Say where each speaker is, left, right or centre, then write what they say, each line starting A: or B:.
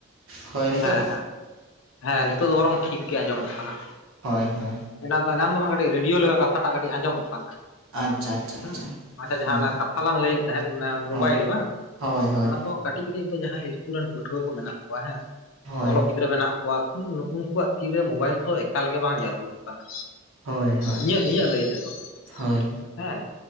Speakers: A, on the right; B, on the left.
A: ᱦᱳᱭ ᱱᱤᱛᱳᱜ
B: ᱦᱮᱸᱼᱦᱮᱸ᱾ ᱦᱮᱸ ᱱᱤᱛᱚᱜ ᱫᱚ ᱵᱚᱨᱚᱝ ᱴᱷᱤᱠ ᱜᱮ ᱟᱸᱡᱚᱢᱚᱜ ᱠᱟᱱᱟ᱾
A: ᱦᱳᱭ ᱦᱳᱭ
B: ᱮᱱᱟ ᱫᱚ ᱮᱱᱟ ᱫᱚᱢᱟ ᱠᱟᱹᱴᱤᱡ ᱨᱮᱰᱤᱭᱳ ᱞᱮᱠᱟ ᱠᱟᱛᱷᱟ ᱴᱟᱜ ᱠᱟᱹᱴᱤᱡ ᱟᱸᱡᱚᱢᱚᱜ ᱠᱟᱱ ᱛᱟᱦᱮᱸᱫ᱾
A: ᱟᱪᱪᱷᱟ ᱟᱪᱪᱷᱟ ᱟᱪᱪᱷᱟ
B: ᱦᱮᱸ ᱟᱪᱪᱷᱟ ᱡᱟᱦᱟᱸ
A: ᱦᱳᱭ
B: ᱚᱱᱟ ᱠᱟᱛᱷᱟ ᱞᱟᱝ ᱞᱟᱹᱭᱮᱫ ᱛᱟᱦᱮᱸᱫ ᱢᱳᱵᱟᱭᱤᱞ
A: ᱦᱳᱭ
B: ᱵᱟᱝ
A: ᱦᱳᱭ
B: ᱚᱱᱟ ᱫᱚ ᱠᱟ ᱴᱤᱡ ᱠᱟᱹᱴᱤᱡ ᱱᱤᱛᱚ ᱡᱟᱦᱟᱸᱭ ᱤᱥᱠᱩᱞ ᱨᱮᱱ ᱯᱟᱹᱴᱷᱩᱣᱟᱹ ᱠᱚ ᱢᱮᱱᱟᱜ ᱠᱚᱣᱟ ᱦᱮᱸ ᱥᱮ
A: ᱦᱳᱭ
B: ᱚᱞᱚᱜ ᱜᱤᱫᱽᱨᱟᱹ ᱢᱮᱱᱟᱜ ᱠᱚᱣᱟ ᱤᱧᱫᱚ ᱱᱩᱜᱼᱩᱠᱩᱣᱟᱜ ᱛᱤᱨᱮ ᱢᱳᱵᱟᱭᱤᱞ ᱫᱚ ᱮᱠᱟᱞ ᱜᱮ ᱵᱟᱝ ᱡᱟᱨᱩᱲᱚᱜ ᱠᱟᱱᱟ᱾
A: ᱦᱳᱭ ᱦᱳᱭ
B: ᱤᱧᱟᱹᱜ ᱤᱧᱟᱹᱜ ᱞᱟᱹᱭ ᱛᱮᱫᱚ᱾
A: ᱦᱳᱭ ᱦᱳᱭ
B: ᱦᱮᱸ